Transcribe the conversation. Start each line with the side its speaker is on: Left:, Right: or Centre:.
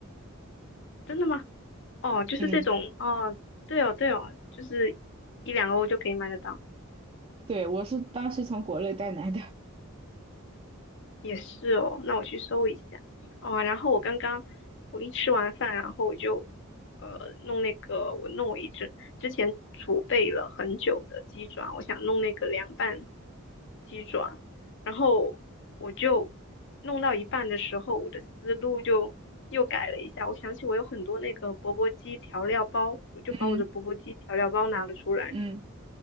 Left: 真的吗？哦，就是这种哦，
Right: 嗯，
Left: 对哦对哦，就是一两欧就可以买得到。
Right: 对，我是当时从国内带来的。
Left: 也是哦，那我去搜一下。哦，然后我刚刚我一吃完饭，然后我就呃弄那个，我弄我一直之前储备了很久的鸡爪，我想弄那个凉拌鸡爪，然后我就弄到一半的时候，我的思路就又改了一下，我想起我有很多那个钵钵鸡调料包，我就把我的钵钵鸡调料包拿了出来。
Right: 嗯嗯，